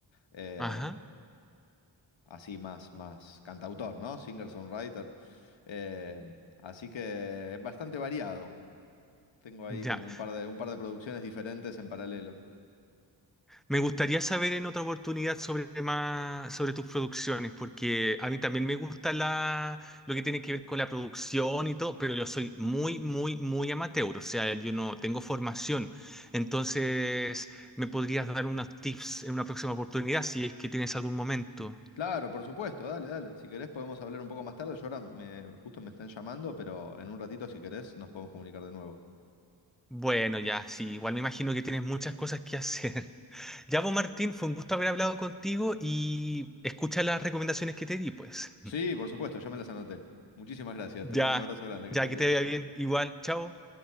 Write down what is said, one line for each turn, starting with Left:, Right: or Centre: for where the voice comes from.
Left: eh,
Centre: Ajá.
Left: así más, más cantautor, ¿no? Singer-songwriter. Eh, así que es bastante variado. Tengo ahí
Centre: Ya.
Left: como un par de, un par de producciones diferentes en paralelo.
Centre: Me gustaría saber en otra oportunidad sobre más, sobre tus producciones, porque a mí también me gusta la, lo que tiene que ver con la producción y todo, pero yo soy muy, muy, muy amateur, o sea, yo no tengo formación. Entonces, ¿me podrías dar unos tips en una próxima oportunidad si es que tienes algún momento?
Left: Claro, por supuesto, dale, dale. Si querés podemos hablar un poco más tarde. Yo ahora me, justo me están llamando, pero en un ratito, si querés, nos podemos comunicar de nuevo.
Centre: Bueno, ya, sí, igual me imagino que tienes muchas cosas que hacer. <laughs> Ya, vos, Martín, fue un gusto haber hablado contigo y escucha las recomendaciones que te di, pues.
Left: Sí, por supuesto, ya me las anoté. Muchísimas gracias.
Centre: Ya,
Left: Te mando un abrazo grande, que
Centre: ya
Left: estés
Centre: que
Left: bien.
Centre: te vea bien. Igual, chao.